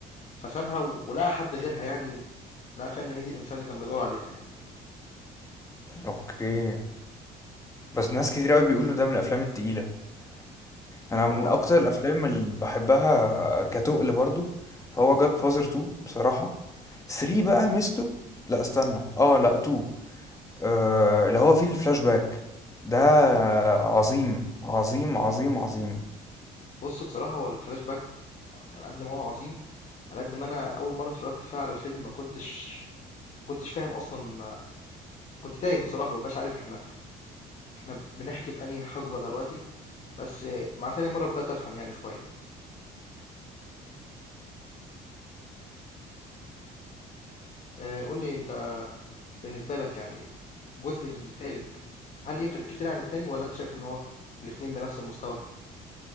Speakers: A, on the left; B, on the left.
A: فسابها ولقى حد غيرها يعني و- لقى فعلا إن هي دي الإنسان اللي كان بيدور عليها يعني
B: اوكي بس ناس كتير قوي بيقولوا ده من الافلام التقيلة انا
A: هو
B: من اكتر الافلام اللي بحبها كتقل برضو هو جاد فازر 2 بصراحة 3 بقى مستو لا استنى اه لا 2 آه اللي هو فيه الفلاش باك ده عظيم عظيم عظيم عظيم
A: بص بصراحة هو الفلاش باك على قد ما هو عظيم على قد ما أنا أول مرة اتفرجت فيها على الفيلم ما كنتش ما كنتش فاهم أصلا كنت تايه بصراحة مبقاش عارف احنا في احنا بنحكي في انهي حقبة دلوقتي بس مع تاني مرة بدأت افهم يعني شوية آه، قول لي انت بالنسبة لك يعني الجزء التالت هل يفرق كتير عن التاني ولا انت شايف ان هو الاتنين بنفس المستوى